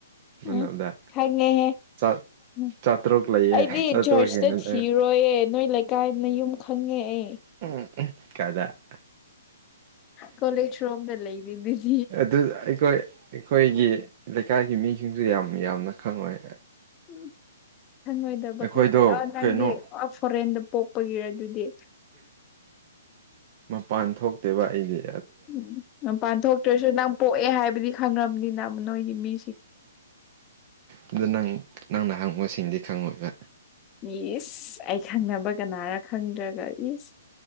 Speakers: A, on the right; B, on the left.
A: ꯃꯅꯨꯡꯗ
B: ꯎꯝ ꯈꯪꯉꯦꯍꯦ
A: ꯆꯥ
B: ꯎꯝ
A: ꯆꯥꯇ꯭ꯔꯨꯛ ꯂꯩꯌꯦ
B: ꯑꯩꯗꯤ
A: ꯆꯥꯇ꯭ꯔꯨꯛ
B: ꯆꯖꯔꯆꯇ
A: ꯍꯦꯟꯅ
B: ꯊꯤꯔꯣꯏꯌꯦ
A: ꯂꯩ
B: ꯅꯣꯏ ꯀꯥꯏꯗꯅ ꯌꯨꯝ ꯈꯪꯉꯦ ꯑꯩ
A: ꯎꯝ ꯀꯗ
B: ꯀꯣꯂꯦꯖ ꯐꯣꯝꯗ ꯂꯩꯔꯤꯗꯤ
A: ꯑꯗꯨ ꯑꯩꯈꯣꯏ ꯑꯩꯈꯣꯏꯒꯤ ꯂꯩꯀꯥꯏꯒꯤ ꯃꯤꯁꯤꯡꯁꯨ ꯌꯥꯝ ꯌꯥꯝꯅ ꯈꯪꯉꯣꯏ꯫
B: ꯎꯝ ꯍꯪꯉꯣꯏꯗꯕ
A: ꯑꯩꯈꯣꯏꯗꯣ
B: ꯈꯛꯇꯗ ꯅꯪꯗꯤ
A: ꯀꯩꯅꯣ
B: ꯐꯣꯔꯦꯟꯗ ꯄꯣꯛꯄꯒꯤꯔ ꯑꯗꯨꯗꯤ
A: ꯃꯄꯥꯟ ꯊꯣꯛꯇꯦꯕ ꯑꯩꯁꯦ
B: ꯎꯝ ꯅꯄꯥꯟ ꯊꯣꯛꯣꯛꯇ꯭ꯔꯁꯨ ꯅꯪ ꯄꯣꯛꯑꯦ ꯍꯥꯏꯕꯗꯤ ꯈꯪꯉꯕꯅꯤꯅ ꯅꯣꯏꯒꯤ ꯃꯤ
A: ꯑꯗꯨ ꯅꯪ ꯅꯪꯅ ꯍꯪꯕꯨꯁꯤꯡꯗꯤ ꯈꯪꯉꯣꯏꯕ
B: ꯌꯦꯁ ꯑꯩ ꯈꯪꯅꯕ ꯀꯅꯥꯔ ꯈꯪꯗ꯭ꯔꯒ ꯌꯦꯁ